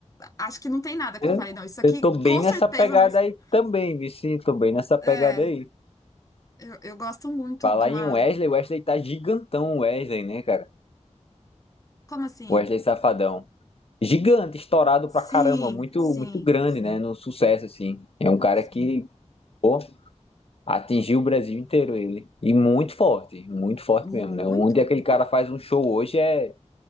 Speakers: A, on the left; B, on the left.
A: Acho que não tem nada que
B: Eu,
A: eu falei, não, isso aqui
B: eu tô bem
A: com
B: nessa
A: certeza
B: pegada
A: eu não escuto.
B: aí também, Vici. Tô bem nessa pegada
A: É,
B: aí.
A: eu, eu gosto muito
B: Falar
A: de uma...
B: em Wesley, o Wesley tá gigantão, o Wesley, né, cara?
A: Como assim?
B: O Wesley Safadão. Gigante, estourado
A: Sim,
B: pra caramba, muito,
A: sim,
B: muito grande,
A: sim,
B: né? No sucesso, assim. É um cara
A: sim.
B: que, pô, atingiu o Brasil inteiro ele. E muito forte, muito forte
A: Muito.
B: mesmo, né? Onde aquele cara faz um show hoje é,